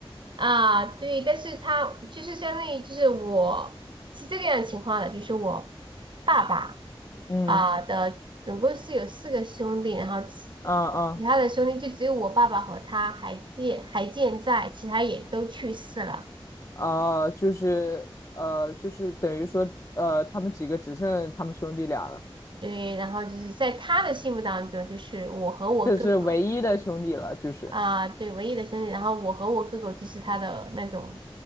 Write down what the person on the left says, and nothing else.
嗯
啊啊
啊，就是呃就是等于说呃他们几个只剩他们兄弟俩了，
这是唯一的兄弟了，就是。